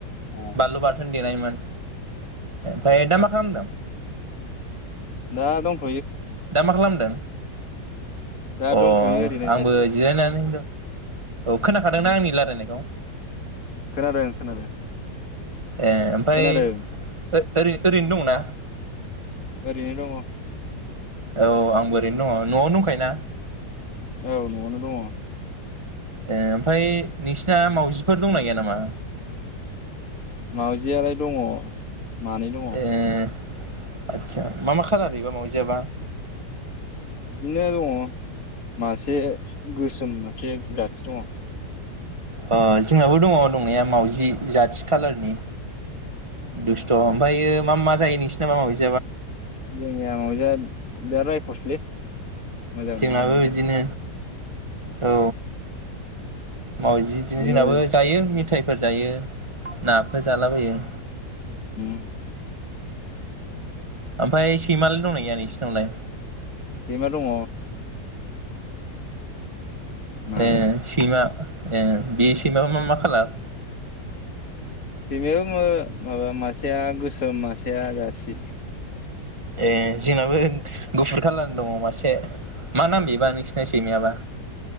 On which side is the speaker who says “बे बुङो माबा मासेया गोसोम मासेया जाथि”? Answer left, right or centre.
Left